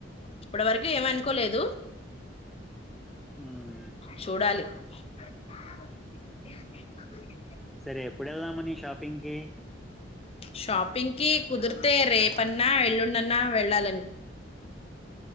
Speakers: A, on the left; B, in the centre.
A: ఇప్పటి వరకు ఏమనుకోలేదు
B: ఉమ్,
A: చూడాలి <inaudible> <unintelligible>
B: సరే ఎప్పుడు వెళ్దామని షాపింగ్కి
A: షాపింగ్కి కుదిరితే రేపన్నా వెళ్లుుండ అన్నా వెళ్ళాలని